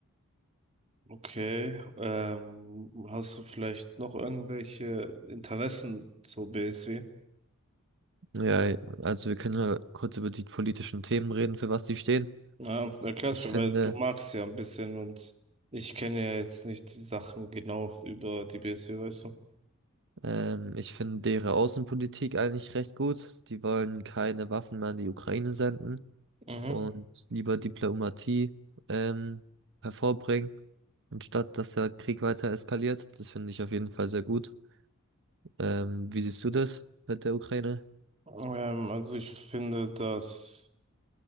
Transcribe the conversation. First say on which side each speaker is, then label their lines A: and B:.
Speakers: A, on the right; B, on the right.
A: Okay. Ähm, hast du vielleicht noch irgendwelche Interessen zur BSW?
B: Ja, also wir können ja kurz über die politischen Themen reden, für was die stehen.
A: Ja, erklär's
B: Ich
A: mir,
B: finde,
A: weil du magst ja ein bisschen und ich kenne ja jetzt nicht die Sachen genau über die BSW, weißt du?
B: ähm, ich finde deren Außenpolitik eigentlich recht gut. Die wollen keine Waffen mehr an die Ukraine senden
A: Mhm.
B: und lieber Diplomatie, ähm, hervorbringen, anstatt dass der Krieg weiter eskaliert. Das finde ich auf jeden Fall sehr gut. Ähm, wie siehst du das mit der Ukraine?
A: Ähm, also ich finde, dass